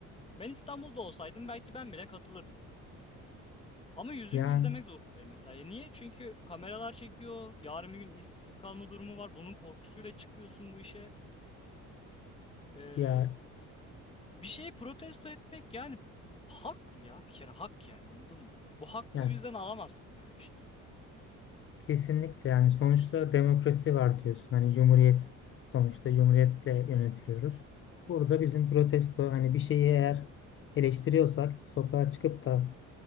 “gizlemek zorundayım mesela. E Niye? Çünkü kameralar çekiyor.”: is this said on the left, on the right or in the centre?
Left